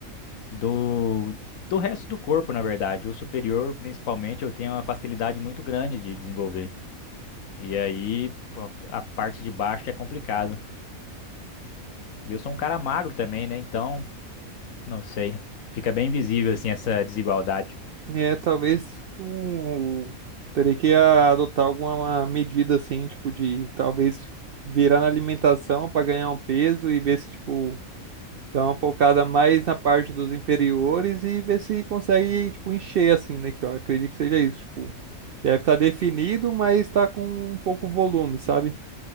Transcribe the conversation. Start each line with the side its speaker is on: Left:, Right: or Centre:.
Left: do, do resto do corpo, na verdade. O superior, principalmente, eu tenho uma facilidade muito grande de desenvolver. E aí, pô, a parte de baixo é complicado. E eu sou um cara magro também, né? Então, não sei. Fica bem visível, assim, essa desigualdade.
Right: É, talvez o terei que adotar alguma medida assim, tipo de talvez virar na alimentação para ganhar um peso e ver se tipo dá uma focada mais na parte dos inferiores e ver se consegue tipo encher assim, né? Que eu acredito que seja isso, tipo, deve estar definido, mas tá com um pouco volume, sabe?